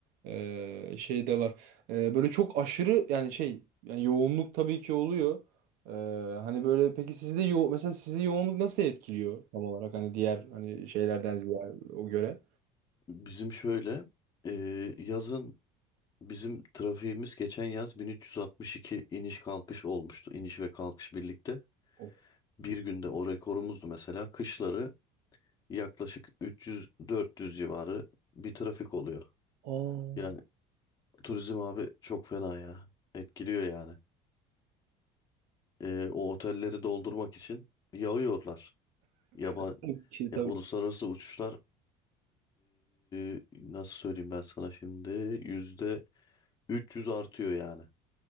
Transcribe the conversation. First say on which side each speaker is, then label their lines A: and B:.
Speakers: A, on the right; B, on the left.
A: e, şey de var. E, böyle çok aşırı yani şey yani yoğunluk tabii ki oluyor. E, hani böyle peki sizde yo mesela sizi yoğunluk nasıl etkiliyor tam olarak hani diğer hani şeylerden ziyade o göre?
B: Bizim şöyle e, yazın bizim trafiğimiz geçen yaz 1362 iniş kalkış olmuştu. İniş ve kalkış birlikte.
A: Of.
B: Bir günde o rekorumuzdu mesela. Kışları yaklaşık 300-400 civarı bir trafik oluyor.
A: Aa.
B: Yani turizm abi çok fena ya. Etkiliyor yani. E, o otelleri doldurmak için yağıyorlar. Yaban,
A: Tabii ki
B: ya
A: tabii.
B: uluslararası uçuşlar e, nasıl söyleyeyim ben sana şimdi yüzde 300 artıyor yani.